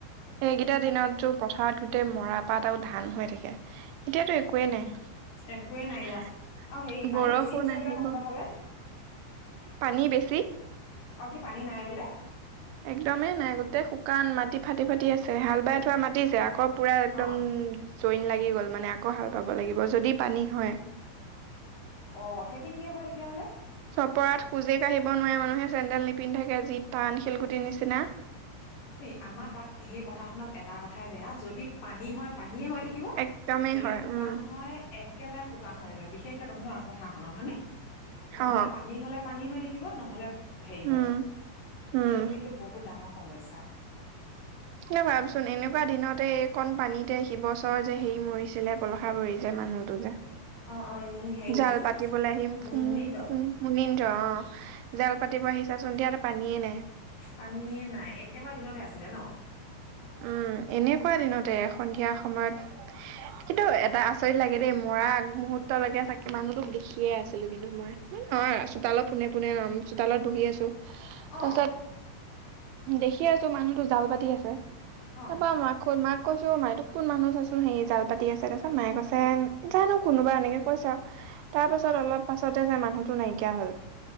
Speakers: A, on the right (about 85°); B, on the left (about 60°).
A: এইকেইটা দিনততো পথাৰত গোটেই মৰাপাত আৰু ধান হৈ থাকে। এতিয়াতো একোৱেই
B: উম
A: নাই
B: একোৱে দিয়া আৰু হেৰি পানী
A: বৰষুণ
B: বেছি হৈছে
A: আহিব।
B: বোলে তহঁতৰ ফালে
A: পানী বেছি।
B: অ, কি পানী নাই বোলে।
A: একদমেই নাই গোটেই শুকান মাটি ফাটি - ফাটি আছে হাল বাই থোৱা মাতিছে আকৌ পুৰা একদম
B: অ
A: চইন লাগি গ'ল মানে আকৌ হাল পাব লাগিব যদি পানী হয়।
B: অ, খেতি কি হব তেতিয়াহলে?
A: চপৰাত খোজে কাঢ়িব নোৱাৰে মানুহে চেন্দেল নিপিন্ধ থাকে যি টান শিলগুটিৰ নিচিনা।
B: দেই আমাৰ তাত সেই পথাৰখনত এটা কথাই বেয়া যদি পানী হয় - পানীয়ে হয় থাকিব
A: একদমেই
B: যদি
A: হয়
B: শুকান
A: উম
B: হয় একেবাৰে শুকান হৈ থাকে বিশেষকে তহঁতৰ কথাখনত হয়নে। নহ'লে
A: অ
B: পানী হ'লে পানী হৈ থাকিব নহ'লে হেৰি
A: উম
B: হয়
A: উম
B: সেইটো কিন্তু বহুত ডাঙৰ সমস্যা।
A: কিয় ভাবচোন এনেকুৱা দিনতে একণ পানীত এতিয়া সি বছৰ যে হেৰি মৰিছিলে পলসা গুৰিৰ যে মানুহতো যে
B: অ অ মুনি হেৰি
A: জাল
B: কি
A: পাতিবলৈ আহিম
B: মু
A: কুম
B: মুনিন্দ
A: - কুম মনীন্দ্ৰ অ, জাল পাতিব আহিছাচোন এতিয়াটো পানীয়ে নাই।
B: পানীয়ে নাই এনেকুৱা দিনতে আছিলে ন।
A: উম, এনেকুৱা দিনতে সন্ধিয়া সময়ত। কিন্তু এটা আচৰিত লাগে দেই মৰা আগমুহুৰ্তলৈকে চাগে মানুহটোক দেখিয়ে আছিলো কিন্তু মই। নহয় চোতালত পোনে - পোনে লম চোতালত বহি আছো। তাৰপিছত
B: অ
A: দেখি আছো মানুহতো জাল পাতি আছে।
B: অ
A: তাপা মানু ক'ত মাক কৈছো মা এটো কোন মানুহ চাচোন হেৰি জাল পাতি আছে তাৰপিছত মায়ে কৈছে জানো কোনোবা এনেকে কৈছে আৰু। তাৰপিছত অলপ পাছতে যে মানুহটো নাইকিয়া হ'ল।